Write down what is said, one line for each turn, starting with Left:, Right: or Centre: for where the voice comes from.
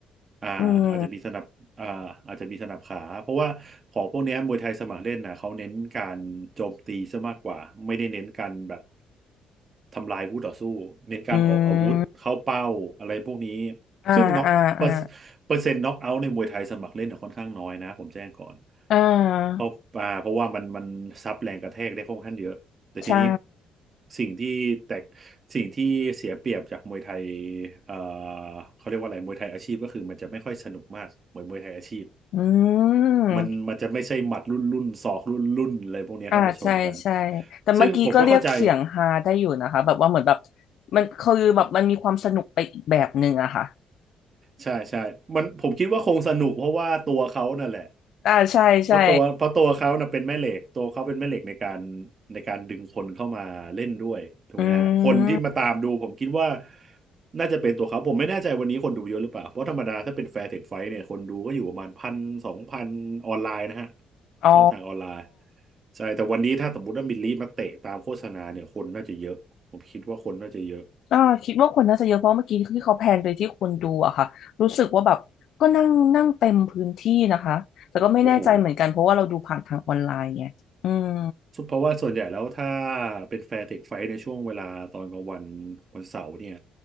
Right: อ่าอาจจะมีสนับอ่าอาจจะมีสนับขาเพราะว่าของพวกเนี้ยมวยไทยสมัครเล่นนะเขาเน้นการโจมตีซะมากกว่าไม่ได้เน้นการแบบ
Left: อืม
Right: ทำลายคู่ต่อสู้เน้นการออกอาวุธเข้าเป้าอะไรพวกนี้
Left: อืมอ่าอ่าอ่า
Right: ซึ่งน็อกเปอร์เปอร์เซ็นต์น็อกเอาท์ในมวยไทยสมัครเล่นน่ะค่อนข้างน้อยนะผมแจ้งก่อน
Left: อ่า
Right: เพราะอ่าเพราะว่ามันมันซับแรงกระแทกได้ค่อนข้างเยอะ แต่ทีนี้
Left: ใช่
Right: สิ่งที่แตกสิ่งที่เสียเปรียบจากมวยไทยเอ่อเขาเรียกว่าอะไรมวยไทยอาชีพก็คือมันจะไม่ค่อยสนุกมากเหมือนมวยไทยอาชีพ
Left: อืม
Right: มันมันจะไม่ใช่หมัดรุ่นรุ่นศอกรุ่นรุ่นอะไรพวกเนี้ยเข้ามาชนกัน
Left: อ่าใช่ใช่แต่เมื่อกี้ก็เรียกเสียงฮาได้อยู่นะคะแบบว่าเหมือนแบบ
Right: ซึ่งผมก็เข้าใจ
Left: มันคือแบบมันมีความสนุกไปอีกแบบหนึ่งอะค่ะ
Right: ใช่ใช่มันผมคิดว่าคงสนุกเพราะว่าตัวเขานั่นแหละ
Left: อ่าใช่ใช่
Right: เพราะตัวเพราะตัวเขานะเป็นแม่เหล็กตัวเขาเป็นแม่เหล็กในการในการดึงคนเข้ามาเล่นด้วยถูกไหมฮะคนที่มาตามดูผมคิดว่า
Left: อืม
Right: น่าจะเป็นตัวเขาผมไม่แน่ใจวันนี้คนดูเยอะหรือเปล่าเพราะธรรมดาถ้าเป็นแฟร์เทคไฟท์เนี่ยคนดูก็อยู่ประมาณพันสองพันออนไลน์นะฮะ
Left: อ๋อ
Right: ช่องทางออนไลน์ใช่แต่วันนี้ถ้าสมมติว่ามิลลิมาเตะตามโฆษณาเนี่ยคนน่าจะเยอะผมคิดว่าคนน่าจะเยอะ
Left: อ่าคิดว่าคนน่าจะเยอะเพราะเมื่อกี้ที่เขาแพนไปที่คนดูอะค่ะรู้สึกว่าแบบก็นั่งนั่งเต็มพื้นที่นะคะแต่ก็ไม่แน่ใจเหมือนกันเพราะว่าเราดูผ่านทางออนไลน์ไงอืม
Right: โอ้โห ซึ่งเพราะว่าส่วนใหญ่แล้วถ้าเป็นแฟร์เทคไฟท์ในช่วงเวลาตอนกลางวันวันเสาร์เนี่ย